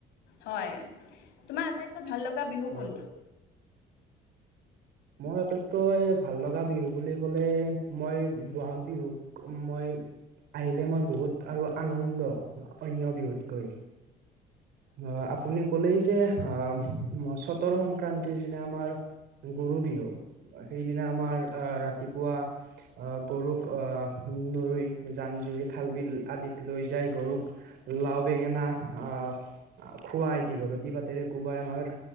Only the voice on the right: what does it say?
হয়।
মই আটাইতকৈ ভাল লগা বিহু বুলি ক'লে মই বহাগ বিহুক মই আহিলে মই বহুত আৰু আনন্দ অন্য বিহুতকৈ অ আপুনি ক'লে যে আ চতৰ সংক্ৰান্তিৰ দিনা আমাৰ গৰু বিহু সেইদিনা আমাৰ আ ৰাতি পুৱা আ গৰুক আ নৈ জান জুৰি খাল বিল আদিত লৈ যায় গৰুক লাও বেঙেনা আ খোৱাই দিঘল লতি পাতেৰে কোবাই আমাৰ